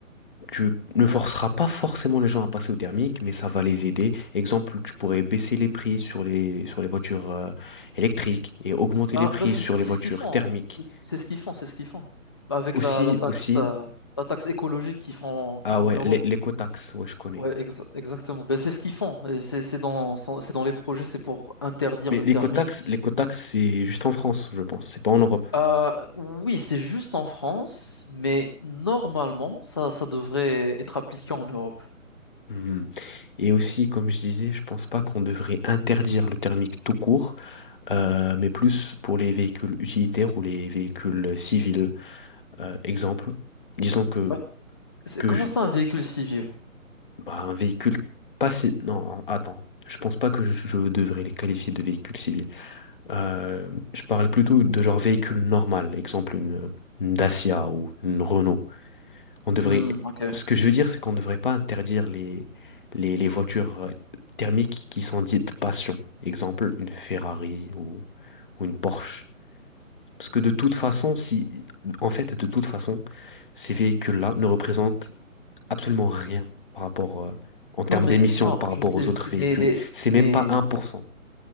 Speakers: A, on the left; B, on the left.
A: tu ne forceras pas forcément les gens à passer au thermique, mais ça va les aider. Exemple, tu pourrais baisser les prix sur les, sur les voitures euh, électriques et augmenter
B: Ben,
A: les prix
B: ben, c'est
A: sur les
B: c'est
A: voitures
B: ce qu'ils font.
A: thermiques.
B: hein. C'est c'est ce qu'ils font, c'est ce qu'ils font. Ben, avec
A: Aussi,
B: la, la taxe,
A: aussi,
B: euh, la taxe écologique qu'ils font, qu'ils
A: ah
B: font
A: ouais,
B: en Europe.
A: l'é- l'écotaxe, ouais, je connais.
B: Ouais, exa- exactement. Ben, c'est ce qu'ils font. Et C'est c'est dans, c'est dans les projets, c'est pour interdire
A: Mais
B: le
A: l'écotaxe,
B: thermique d'ici
A: l'écotaxe,
B: deux- mille.
A: c'est juste en France, je pense. C'est pas en Europe.
B: Euh, oui, c'est juste en France, mais normalement, ça, ça devrait être appliqué en Europe.
A: Mhm. Et aussi, comme je disais, je pense pas qu'on devrait interdire le thermique tout court, euh, mais plus pour les véhicules utilitaires ou les véhicules civils. Euh, exemple, disons que
B: Ben, c'est
A: que
B: comment
A: je-
B: ça un véhicule civil?
A: Bah, un véhicule passé. Non, attends. Je pense pas que je je devrais les qualifier de véhicules civils. Euh, je parlais plutôt de genre véhicule normal, exemple une, une Dacia ou une Renault. On devrait...
B: Hmm, ok.
A: Ce que je veux dire, c'est qu'on ne devrait pas interdire les, les, les voitures thermiques qui sont dites passion. Exemple, une Ferrari ou, ou une Porsche. Parce que de toute façon, si... En fait, de toute façon, ces véhicules-là ne représentent absolument rien par rapport, euh, en termes
B: Non, mais
A: d'émissions
B: non,
A: par rapport
B: je sais,
A: aux autres
B: je sais,
A: véhicules.
B: mais les,
A: C'est
B: mais
A: même pas un pour cent